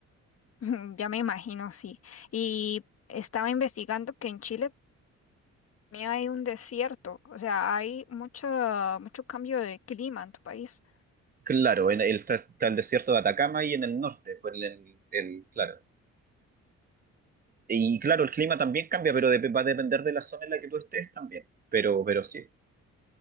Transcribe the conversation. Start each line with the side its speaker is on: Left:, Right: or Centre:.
Left: <laughs> Ya me imagino, sí. Y estaba investigando que en Chile mí hay un desierto, o sea, hay mucho, mucho cambio de clima en tu país.
Right: Claro, en el, está, está el desierto de Atacama y en el norte, pues, en el, el- claro. Y claro, el clima también cambia, pero dep- va a depender de la zona en la que tú estés también. Pero, pero sí.